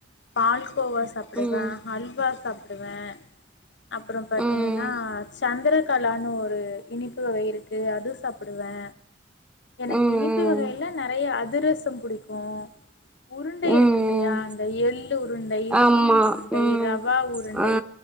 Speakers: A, on the left; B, in the centre.
A: பால்கோவா சாப்டுவே
B: ம்
A: ஹல்வா சாப்டுவே அப்புறோ பாத்தீங்கன்னா
B: ம்
A: சந்திர கலான்னு ஒரு இனிப்பு வகை இருக்கு அது சாப்டுவே எனக்கு
B: ம்
A: இனிப்பு
B: ம்
A: வகையில நெறைய அதிரசம் புடிக்கு உருண்டை
B: ம்
A: இருக்கு இல்லையா
B: ம்
A: அந்த எள்ளு உருண்டை
B: ஆமா
A: சீனி உருண்டை
B: ம்
A: ரவா உருண்டை
B: ஆ